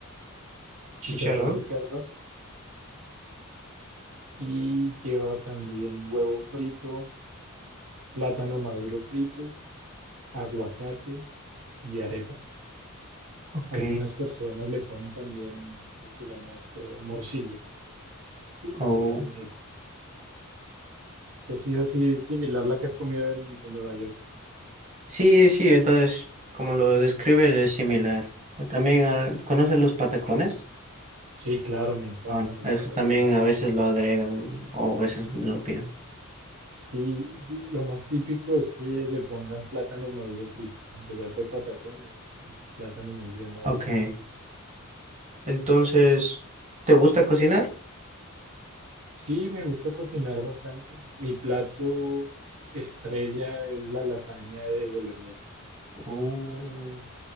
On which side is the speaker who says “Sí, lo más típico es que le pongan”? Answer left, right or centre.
Right